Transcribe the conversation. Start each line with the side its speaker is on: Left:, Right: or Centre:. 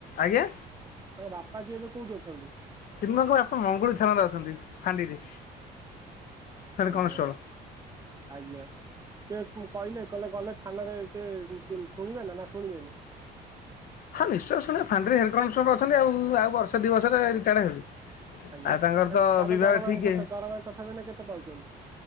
Left: ଆଜ୍ଞା।
Right: ତାଙ୍କ ବାପା ଯିଏ ଏବେ କୋଉଠି ଅଛନ୍ତି?
Left: ଚିନ୍ମୟୀଙ୍କ ବାପା ମଙ୍ଗୁଳି ଥାନରେ ଅଛନ୍ତି ଫାଣ୍ଡିରେ। ହେଡ୍
Right: ଆଜ୍ଞା।
Left: କନଷ୍ଟେବଳ।
Right: ଆଜ୍ଞା। ସେ କହିଲେ କହିଲେ ଗଲେ ଥାନାରେ ସେ ଶୁଣିବେ ନା ନା ଶୁଣିବେନି।
Left: ହଁ ନିଶ୍ଚୟ ଶୁଣିବେ ଫାଣ୍ଡ୍ରରେ ହେଡ଼ କନେଷ୍ଟବଳ ଅଛନ୍ତି ଆଉ ଆଉ ବର୍ଷେ ଦୁଇ ବର୍ଷରେ ରିଟାୟାର୍ଡ଼ ହେବେ।
Right: ଆଜ୍ଞା।
Left: ଆଉ ତାଙ୍କର ତ
Right: ତାଙ୍କ
Left: ବିବାହ
Right: ଦରମା
Left: ଠିକ୍
Right: ଏଇନା କେତେ ଦରମା ତଥାପି ମାନ ତଥାପି ନା କେତେ ପାଉଛନ୍ତି?